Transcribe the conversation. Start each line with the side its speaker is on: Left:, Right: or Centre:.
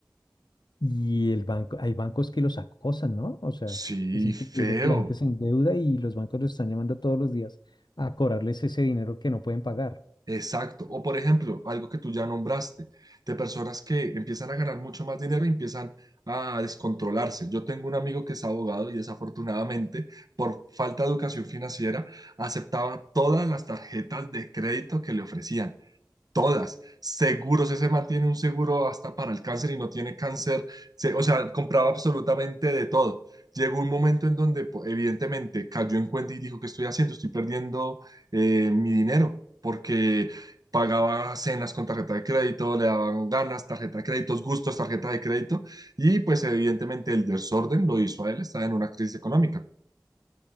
Left: y el banco, hay bancos que los acosan, ¿no? O sea,
Right: Sí,
Left: es increíble
Right: feo.
Left: que la gente se endeuda y los bancos los están llamando todos los días a cobrarles ese dinero que no pueden pagar.
Right: Exacto. O por ejemplo, algo que tú ya nombraste, de personas que empiezan a ganar mucho más dinero y empiezan a descontrolarse. Yo tengo un amigo que es abogado y desafortunadamente, por falta de educación financiera, aceptaba todas las tarjetas de crédito que le ofrecían todas, seguros, ese man tiene un seguro hasta para el cáncer y no tiene cáncer, se- o sea, compraba absolutamente de todo. Llegó un momento en donde po- evidentemente cayó en cuenta y dijo, ¿qué estoy haciendo? Estoy perdiendo eh, mi dinero porque pagaba cenas con tarjeta de crédito, le daban ganas, tarjeta de créditos, gustos, tarjeta de crédito y pues evidentemente el desorden lo hizo a él, estaba en una crisis económica.